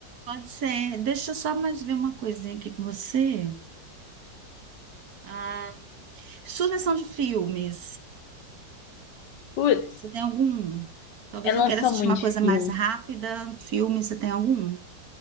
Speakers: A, on the right (about 55°); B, on the left (about 70°).
A: pode ser. Deixa eu só mais ver uma coisinha aqui com você. Ah, sugestão de filmes.
B: Putz,
A: Você tem algum? Talvez
B: eu
A: eu
B: não
A: queira
B: sou
A: assistir
B: muito
A: uma coisa
B: de filme.
A: mais rápida. Filme, você tem algum?